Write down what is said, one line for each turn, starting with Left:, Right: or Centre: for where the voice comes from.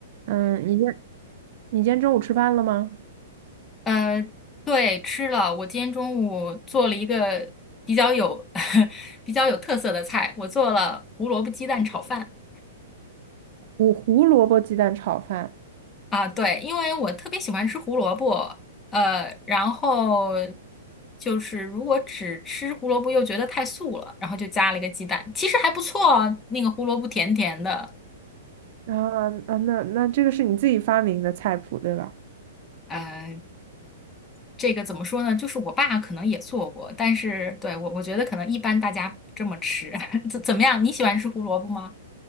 Right: 嗯，你今你今天中午吃饭了吗？
Left: 呃，对，吃了。我今天中午做了一个比较有 <laughs> 比较有特色的菜，我做了胡萝卜鸡蛋炒饭
Right: 我胡萝卜鸡蛋炒饭
Left: 啊。对，因为我特别喜欢吃胡萝卜，呃，然后就是如果只吃胡萝卜又觉得太素了，然后就加了一个鸡蛋，其实还不错啊那个胡萝卜甜甜的，
Right: 啊啊，那那这个是你自己发明的菜谱对吧？
Left: 呃，这个怎么说呢？就是我爸可能也做过，但是对我我觉得可能一般大家不这么吃，<laughs> 怎怎么样？你喜欢吃胡萝卜吗？